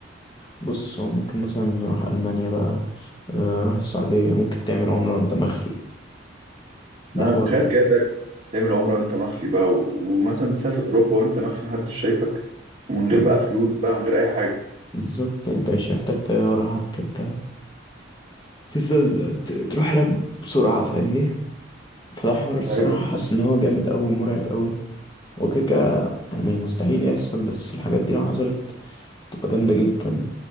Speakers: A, on the left; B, on the right.
A: بص هو ممكن مثلا نروح ألمانيا بقى آه، روح السعودية ممكن تعمل عمرة وأنت مخفي <laughs> ده
B: انا
A: حوار
B: تخيل كده تا- تعمل عمره وانت مخفي بقى و- ومثلا تسافر اوروبا وانت مخفي محدش شايفك ومن غير
A: حد
B: بقى فلوس بقى ومن غير اي حاجه
A: بالظبط انت مش محتاج طيارة حتى انت تفضل ت- تروح هناك بسرعة فاهمني فده حوار الصراحة
B: ايوه ده.
A: حاسس ان هو جامد اوي مرعب اوي وكيكا يعني مستحيل يحصل بس الحاجات دي لو حصلت تبقى جامدة جدا